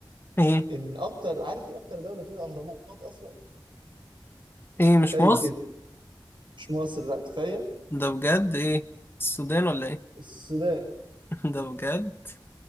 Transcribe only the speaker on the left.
ايه
ايه
مش مصر
ده بجد ايه السودان ولا ايه
<laughs> ده بجد